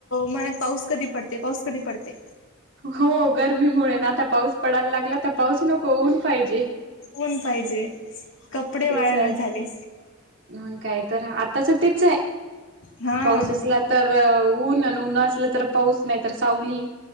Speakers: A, on the left (about 65°); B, on the right (about 60°).
A: म्हणे पाऊस कधी पडते पाऊस कधी पडते.
B: हो गरमीमुळे ना आता पाऊस पडायला लागला तर पाऊस नको ऊन पाहिजे.
A: ऊन पाहिजे कप कपडे
B: तेच
A: वळणाच
B: आहे
A: झाले.
B: मग काय तर आताच तेच हाय
A: हा
B: पाऊस असला तर ऊन अन ऊन असल तर पाऊस नाय तर सावली